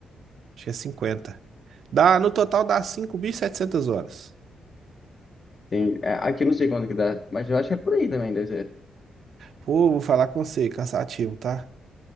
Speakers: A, on the right (about 65°); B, on the left (about 35°).
A: Acho que é 50. Dá, no total dá 5.700 horas.
B: Tem, é, aqui eu não sei quanto que dá, mas eu acho que é por aí também, deve ser.
A: Pô, vou falar com você, cansativo, tá?